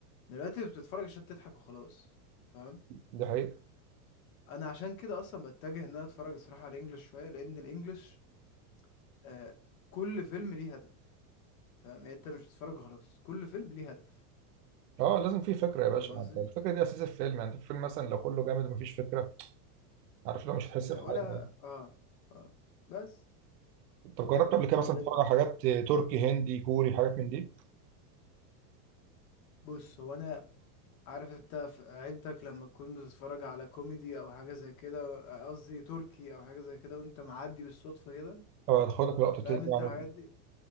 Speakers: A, on the left (about 60°); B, on the right (about 75°).
A: دلوقتي بتتفرج عشان تضحك وخلاص فاهم
B: دي حقيقة
A: انا عشان كده اصلا بتجه ان انا اتفرج الصراحه على الانجليش شويه لان الانجليش آه كل فيلم ليه هدف فاهم يعني انت مش بتتفرج خلاص كل فيلم ليه هدف
B: اه لازم في فكره يا باشا
A: فاهم قصدي
B: انت الفكره دي اساس الفيلم يعني انت الفيلم مثلا لو كله جامد ومفيش فكره عارف لو مش هتحس بحاجه
A: ولا
B: يعني.
A: اه اه بس
B: طب جربت قبل كده مثلا
A: طب
B: تتفرج
A: انت
B: على حاجات تركي هندي كوري حاجات من دي
A: بص هو انا عارف انت في عيلتك لما تكون بتتفرج على كوميدي او حاجه زي كده آه، قصدي تركي او حاجه زي كده وانت معدي بالصدفه كده
B: اه هتاخدك لقطتين
A: فاهم انت
B: يعني
A: الحاجات دي